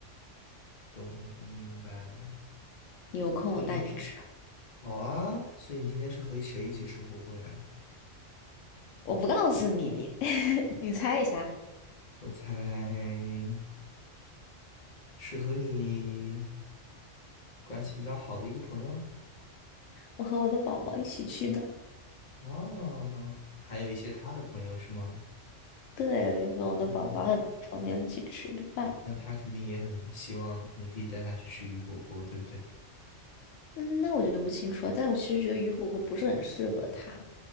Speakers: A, on the left; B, on the left.
A: 懂了，我明白了。
B: 你有空我带你去吃，
A: 所以好啊，所以你今天是和谁一起吃火锅呀？
B: 我不告诉你，你 <laughs> 你猜一下，
A: 我猜是和你关系比较好的一个朋友
B: 我和我的宝宝一起去的，
A: 哦，还有一些他的朋友是吗？
B: 对，我跟我的宝宝和他朋友一起吃的饭。
A: 嗯，那他肯定也很希望你可以带他去吃鱼火锅，对不对？
B: 嗯，那我就不清楚了。但我其实觉得鱼火锅不是很适合他，